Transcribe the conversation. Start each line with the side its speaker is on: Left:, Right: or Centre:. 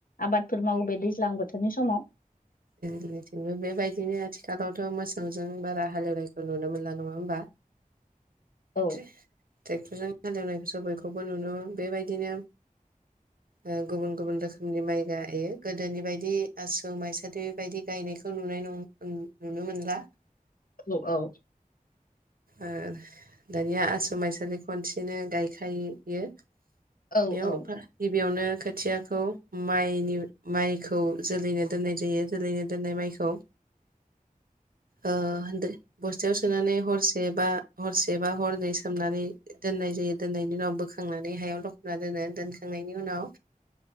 Left: आबादफोर मावो बे दैज्लां बोथोरनि समाव।
Right: जोंथिंबो बेबायदिनो आथिखालावथ' मोसौजों बारा हालेवनायखौ नुनो मोनला नङा होमबा।
Left: औ
Right: <unintelligible> हालेवनायखौसो बयखौबो नुनो बेबायदिनो ओ गुबुन गुबुन रोखोमनि माइ गायो। गोदोनि बायदि आसु माइसा जाथे बेबायदि गायनायखौ नुनाय नं नुनो मोनला।
Left: औ औ
Right: ओ दानिया आसु माइसालि खनसेनो गायखायो।
Left: औ
Right: बेयावबा
Left: औ
Right: गिबियावनो खोथियाखौ मायनि मायखौ जोलैनो दोननाय जायो। जोलैनो दोननाय माइखौ ओ बस थायाव सोनानै हरसे बा हरसे बा हरनै सोमनानै दोननाय जायो दोननायनि उनाव बोखांना नानै हायाव लख'ना दोनो। दोनखांनायनि उनाव